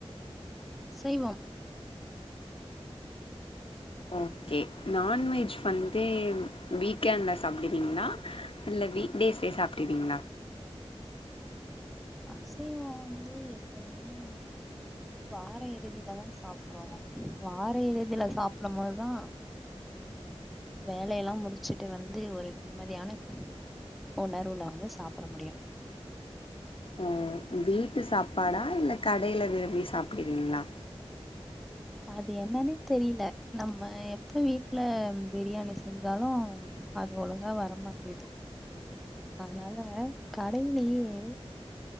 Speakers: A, in the centre; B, on the left.
A: அசைவ
B: ஓகே நான்வெஜ் வந்து வீக்கெண்ட்ல சாப்டுவீங்ளா இல்ல வீக் டேஸ்லே சாப்டுவீங்ளா
A: அசைவ வந்து எப்போதுமே வார இறுதிலதா சாப்றோ வார இறுதில சாப்டு போதுதா வேலையெல்லா முடிச்சுட்டு வந்து ஒரு நிம்மதியான உணர்வுல வந்து சாப்ட முடியு
B: ஓ வீட்டு சாப்பாடா இல்ல கடைல விரும்பி சாப்டுவீங்ளா
A: அது என்னனே தெரியல நம்ம எப்ப வீட்ல பிரியாணி செஞ்சாலு அது ஒழுங்கா வரமாட்டேது அதனால கடைலயே